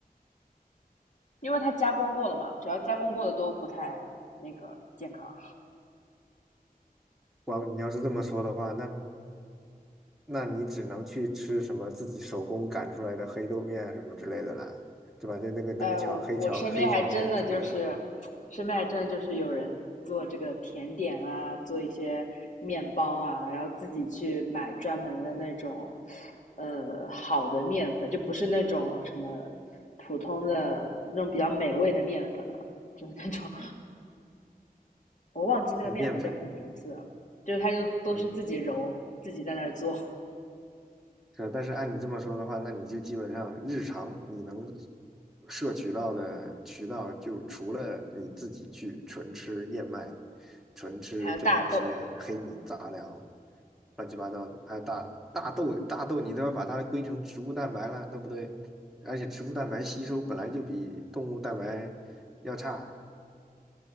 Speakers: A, on the left; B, in the centre.
A: 因为它加工过了嘛，只要加工过的都不太那个健康。
B: 哇，你要是这么说的话，那那你只能去吃什么自己手工擀出来的黑豆面什么之类的了，对吧？那那个那个荞黑荞黑荞面之类的
A: 哎，我我身边还真的就是，身边还真的就是有人做这个甜点啊，做一些面包啊，然后自己去买专门的那种，呃，好的面粉，就不是那种什么普通的那种比较美味的面粉啊，就是那种 <laughs> 我忘记那个面粉叫什么名字了，
B: 面粉，
A: 就是他就都是自己揉，
B: 嗯。
A: 自己在那儿做，
B: 是，但是按你这么说的话，那你就基本上日常你能摄取到的渠道，就除了你自己去纯吃燕麦、纯吃这些黑米杂粮、
A: 还有大豆，
B: 乱七八糟的，还有大大豆，大豆你都要把它归成植物蛋白了，对不对？而且植物蛋白吸收本来就比动物蛋白要差，